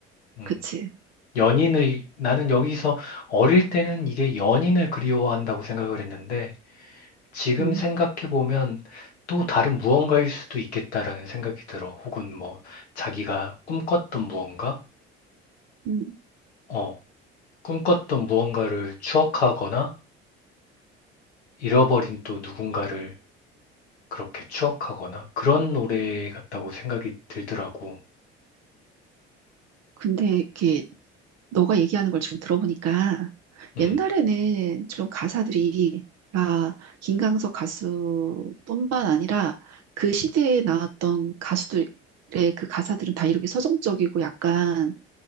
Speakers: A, on the left; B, on the right.
A: 음,
B: 그치.
A: 연인을 나는 여기서 어릴 때는 이게 연인을 그리워한다고 생각을 했는데 지금
B: 음,
A: 생각해 보면 또 다른 무언가일 수도 있겠다라는 생각이 들어. 혹은 뭐 자기가 꿈꿨던 무언가,
B: 음.
A: 어, 꿈꿨던 무언가를 추억하거나 잃어버린 또 누군가를 그렇게 추억하거나 그런 노래 같다고 생각이 들더라고.
B: 근데 이렇게 너가 얘기하는 걸 지금 들어보니까
A: 음.
B: 옛날에는 좀 가사들이 막 김광석 가수뿐만 아니라 그 시대에 나왔던 가수들의 그 가사들은 다 이렇게 서정적이고 약간